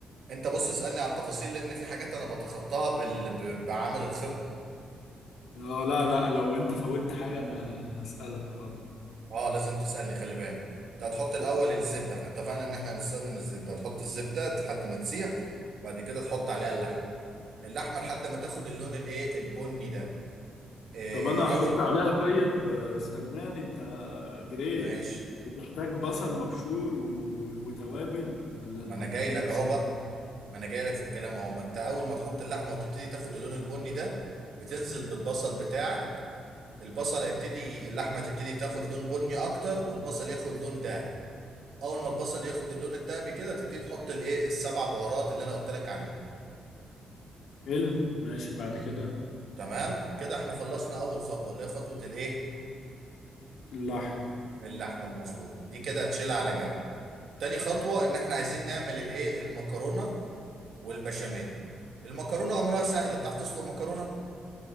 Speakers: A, on the right; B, on the left.
A: أنت بص اسألني على التفاصيل لأن في حاجات أنا بتخطاها بال... ب- بعامل الخبرة
B: اه لا لا لو انت فوتت حاجه انا هسالك حاضر
A: أه لازم تسألني خلي بالك أنت هتحط الأول الزبدة إحنا اتفقنا إن إحنا هنستخدم الزبدة هتحط الزبدة لحد ما تسيح بعد كده تحط عليها اللحمة اللحمة لحد ما تاخد اللون الإيه البني ده إيه
B: طب انا
A: أول
B: هحط عليها طيب آه، استناني انت جريت
A: ماشي
B: بتحتاج بصل مبشور و... وتوابل ولا انت
A: ما أنا
B: بتعملها
A: جاي لك
B: سوا
A: أهو بقى ما انا جاي لك في الكلام اهو ما انت اول ما تحط اللحمه وتبتدي تاخد اللون البني ده بتنزل بالبصل بتاعك البصل هيبتدي اللحمه تبتدي تاخد لون بني اكتر والبصل ياخد لون دهبي اول ما البصل ياخد اللون الدهبي كده تبتدي تحط الايه السبع بهارات اللي انا قلت لك عليهم
B: حلو ماشي بعد كده
A: تمام كده احنا خلصنا اول خطوه اللي هي خطوه الايه
B: اللحم
A: اللحمه المفرومه دي كده هتشيلها على جنب تاني خطوه ان احنا عايزين نعمل الايه المكرونه والبشاميل المكرونه امرها سهل بتعرف تسلق مكرونه